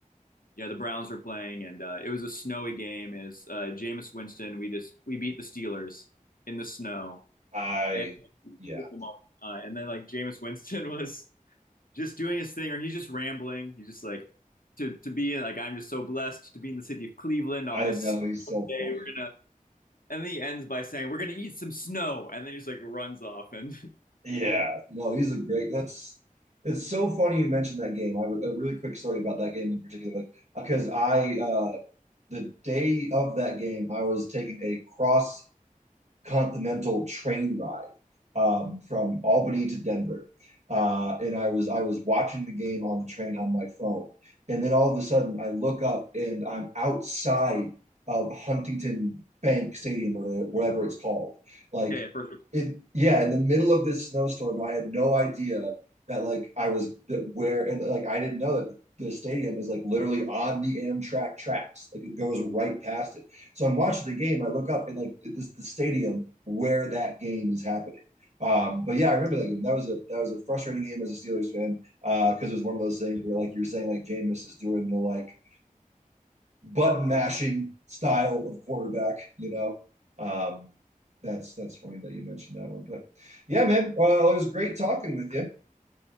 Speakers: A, on the left (about 85°); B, on the right (about 55°).
A: yeah the Browns were playing, and uh, it was a snowy game. Is uh, Jameis Winston? We just we beat the Steelers in the snow,
B: I
A: and
B: yeah,
A: beautiful moment. Uh, and then like Jameis Winston <laughs> was just doing his thing, or he's just rambling. He's just like to to be like I'm just so blessed to be in the city of Cleveland on
B: I
A: this
B: know
A: snowy
B: he's so
A: day.
B: funny.
A: We're gonna. And then he ends by saying, "We're gonna eat some snow," and then he just like runs off and <laughs>
B: Yeah, no, he's a great. That's it's so funny you mentioned that game. I have a, a really quick story about that game in particular, like because I uh the day of that game, I was taking a cross continental train ride um, from Albany to Denver. Uh, and I was I was watching the game on the train on my phone, and then all of a sudden I look up and I'm outside of Huntington Bank Stadium or whatever it's called. Like,
A: yeah, yeah, perfect.
B: it yeah, in the middle of this snowstorm, I had no idea that like I was where and like I didn't know that the stadium is like literally on the Amtrak tracks. Like it goes right past it. So I'm watching the game. I look up and like this the stadium where that game is happening. Um, but yeah, I remember that game. That was a that was a frustrating game as a Steelers fan because uh, it was one of those things where like you were saying like Jameis is doing the like button mashing style of quarterback. You know, um, that's that's funny that you mentioned that one. But yeah, man, well, it was great talking with you.